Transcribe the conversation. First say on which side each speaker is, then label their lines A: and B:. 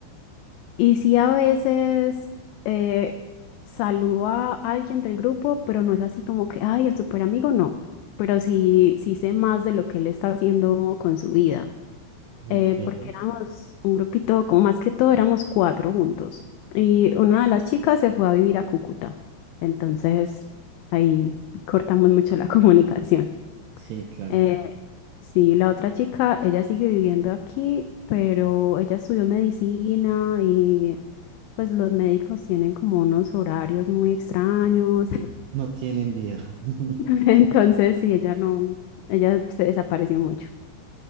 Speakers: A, on the left (about 90°); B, on the right (about 80°).
A: y sí, a veces eh, saludo a alguien del grupo, pero no es así como que, ay, el super amigo, no. Pero sí, sí sé más de lo que él está haciendo con su vida.
B: Okay.
A: eh, porque éramos un grupito, como más que todo éramos cuatro juntos. Y una de las chicas se fue a vivir a Cúcuta. Entonces ahí cortamos mucho la <laughs> comunicación.
B: Sí, claro.
A: Eh, sí, la otra chica, ella sigue viviendo aquí, pero ella estudió medicina y pues los médicos tienen como unos horarios muy extraños.
B: No tienen vida. <laughs>
A: <laughs> Entonces sí, ella no, ella se desapareció mucho.